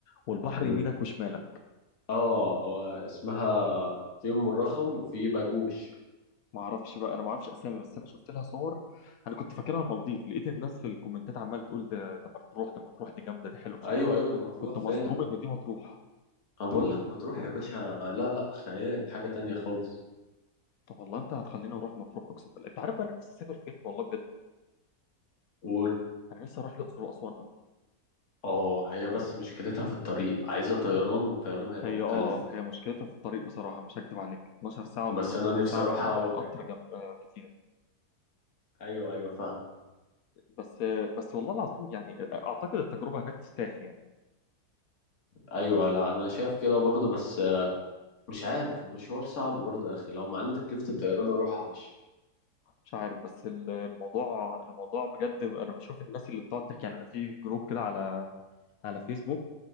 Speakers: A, on the left (about 70°); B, on the left (about 55°).
A: والبحر
B: <laughs>
A: يمينك وشمالك
B: اه هو اسمها في ام الرخم وفي باجوش
A: ما اعرفش بقى انا ما اعرفش اسامي بس انا شفت لها صور انا كنت فاكرها المالديف لقيت الناس في الكومنتات عماله تقول ده ده مطروح ده مطروح دي جامده دي حلوه مش
B: ايوه
A: عارف ايه
B: ايوه دي مطروح
A: كنت
B: فعلا
A: مصدوم ان دي مطروح
B: انا بقول لك مطروح يا باشا لا لا خيال حاجه تانية خالص
A: طب والله انت هتخليني اروح مطروح اقسم بالله انت عارف بقى انا نفسي اسافر فين والله بجد
B: قول
A: انا نفسي اروح الاقصر واسوان قوي
B: اه هي بس مشكلتها في الطريق عايزه طيران والطيران هيبقى
A: هي
B: مكلف
A: اه هي مشكلتها في الطريق بصراحه مش هكدب عليك 12 ساعه ولا
B: بس
A: 13
B: انا نفسي
A: ساعه
B: اروحها
A: في
B: قوي
A: القطر
B: فعلا
A: جنب آه، كتير
B: ايوه ايوه فاهم
A: بس آه، بس والله العظيم يعني آه، اعتقد التجربه هناك تستاهل يعني
B: ايوه لا انا شايف كده برضه بس مش عارف المشوار صعب برضه يا اخي لو معانا تكلفه الطيران اروحها وش
A: مش عارف بس ال- الموضوع الموضوع بجد انا بشوف الناس اللي بتقعد تحكي يعني انا في جروب كده على على فيسبوك